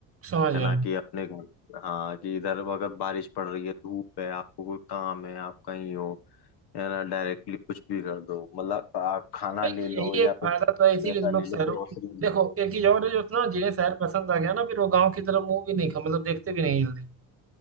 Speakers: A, on the right (about 30°); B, on the left (about 55°).
A: समझ गए
B: है ना कि अपने घर हाँ कि इधर अगर बारिश पड़ रही है धूप है आपको कोई काम है आप कहीं हो है ना डायरेक्टली कुछ भी कर दो मतलब आप खाना
A: भाई
B: ले लो
A: यही
B: या
A: एक
B: फिर
A: फायदा तो है इसीलिए
B: पैसा
A: तो लोग
B: ले लो
A: शहरों
B: ग्रोसरी
A: को देखो
B: ले लो
A: एक चीज और है जो ना जिन्हें शहर पसंद आ गया ना फिर वो गांव की तरफ मुंह भी नहीं खा मतलब देखते भी नहीं जल्दी